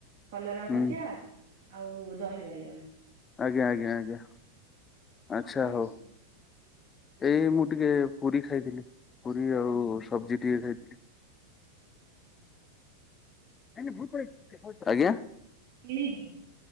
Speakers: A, on the right (about 50°); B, on the left (about 20°).
A: କଲରା
B: ହୁଁ
A: ଭଜା ଆଉ ଦହି ବାଇଗଣ।
B: ଆଜ୍ଞା ଆଜ୍ଞା ଆଜ୍ଞା
A: କଣ
B: ଆଚ୍ଛା
A: ଖାଇଛନ୍ତି?
B: ହଉ। ଏଇ ମୁଁ ଟିକେ ପୁରୀ ଖାଇଥିଲି ପୁରୀ ଆଉ ସବଜି ଟିକେ ଖାଇଥିଲି।
A: ହୁଁ ହୁଁ
B: ନାଇ ନାଇ ଭୁତ୍ ପଳେଇଛି ଆଜ୍ଞା।
A: କିଣିକି?